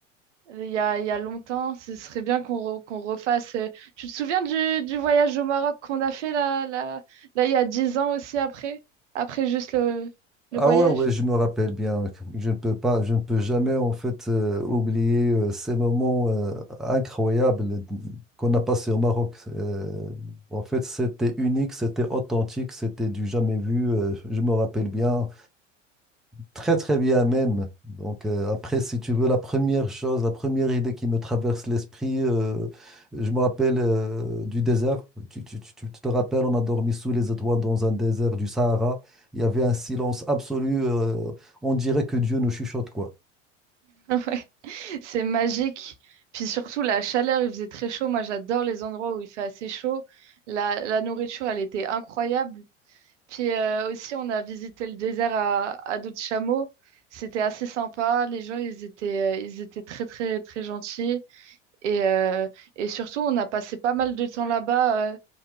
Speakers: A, on the right (about 70°); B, in the centre.
A: il y a, il y a longtemps. Ce serait bien qu'on re- qu'on refasse. euh, Tu te souviens du, du voyage au Maroc qu'on a fait là, là, là, il y a 10 ans aussi après, après juste le, le
B: Ah
A: voyage?
B: ouais, ouais, je me rappelle bien. Je ne peux pas, je ne peux jamais en fait euh, oublier euh, ces moments euh, incroyables qu'on a passés au Maroc. Euh, en fait, c'était unique, c'était authentique, c'était du jamais vu. euh, je me rappelle bien. Très, très bien même. Donc, euh, après, si tu veux, la première chose, la première idée qui me traverse l'esprit, euh, je me rappelle euh, du désert. Tu, tu- tu- tu te rappelles, on a dormi sous les étoiles dans un désert du Sahara. Il y avait un silence absolu. euh, on dirait que Dieu nous chuchote, quoi.
A: <laughs> Ouais, c'est magique. Puis surtout, la chaleur, il faisait très chaud. Moi, j'adore les endroits où il fait assez chaud. La, la nourriture, elle était incroyable. Puis euh, aussi, on a visité le désert à, à dos de chameau. C'était assez sympa. Les gens, ils étaient, euh, ils étaient très, très, très gentils. Et, euh, et surtout, on a passé pas mal de temps là-bas euh,